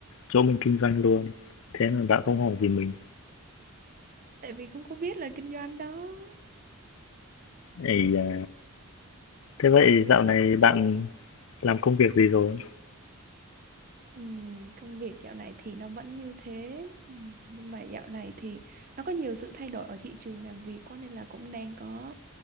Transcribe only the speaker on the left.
chỗ mình kinh doanh luôn thế mà bạn không hỏi gì mình
ấy à, Thế vậy dạo này bạn làm công việc gì rồi?